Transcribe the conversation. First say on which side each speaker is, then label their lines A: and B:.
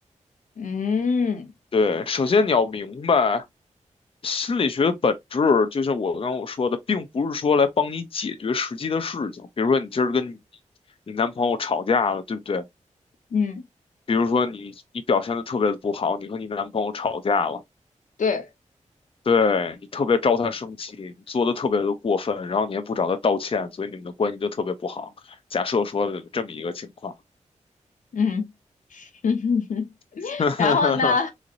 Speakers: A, on the left; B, on the left.
A: 嗯
B: 对，首先你要明白，心理学的本质，就像我刚刚我说的，并不是说来帮你解决实际的事情。比如说，你今儿跟你你男朋友吵架了，对不对？
A: 嗯，
B: 比如说你你表现的特别的不好，你和你男朋友吵架了。
A: 对，
B: 对，你特别招他生气，你做的特别的过分，然后你也不找他道歉，所以你们的关系就特别不好。假设说的这么一个情况，
A: 嗯，<laughs>
B: <laughs>
A: 然后呢，